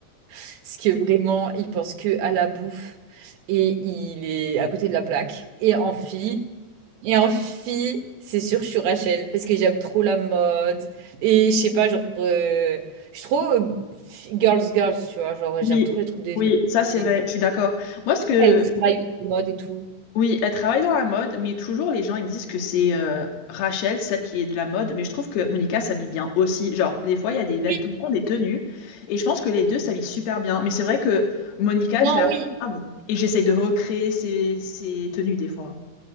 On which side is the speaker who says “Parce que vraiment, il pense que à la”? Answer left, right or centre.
Right